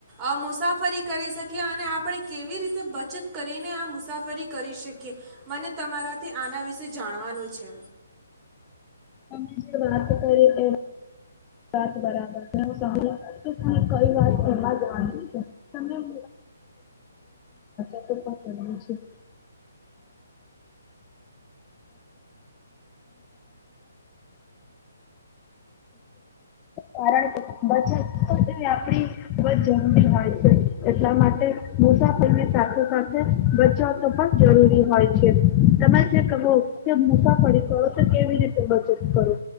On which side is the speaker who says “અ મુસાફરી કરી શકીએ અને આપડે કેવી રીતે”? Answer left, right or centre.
Right